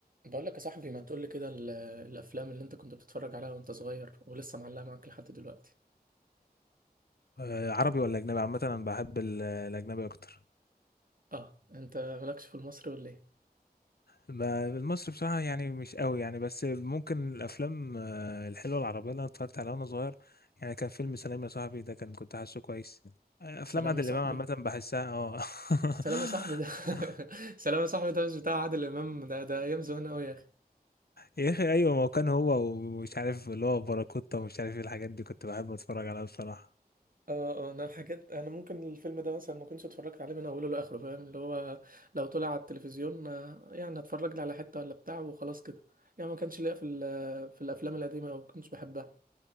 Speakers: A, on the right; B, on the left.
A: بقول لك يا صاحبي ما تقول لي كده ال- الافلام اللي انت كنت بتتفرج عليها وانت صغير ولسه معلقه معاك لحد دلوقتي
B: آه، عربي ولا اجنبي عامه انا بحب ال- الاجنبي اكتر
A: اه انت مالكش في المصري ولا ايه
B: ما- المصري بصراحه يعني مش قوي يعني بس ممكن الافلام آه، الحلوه العربيه اللي انا اتفرجت عليها وانا صغير يعني كان فيلم سلام يا صاحبي ده كان كنت حاسه كويس آه، افلام
A: سلام
B: عادل
A: يا صاحبي
B: امام عامه بحسها اه <laughs>
A: سلام يا صاحبي ده <laughs> سلام يا صاحبي ده مش بتاع عادل امام ده ده ايام زمان قوي يا اخي
B: يا اخي ايوه ما هو كان هو ومش عارف اللي هو باراكوتا ومش عارف ايه الحاجات دي كنت بحب اتفرج عليها بصراحه
A: اه اه انا حاجات انا ممكن الفيلم ده مثلا ما كنتش اتفرجت عليه من اوله لاخره فاهم اللي هو لو طلع على التلفزيون آه، يعني اتفرج لي على حته ولا بتاع وخلاص كده يعني ما كانش ليا في ال- في الافلام القديمه او كنتش بحبها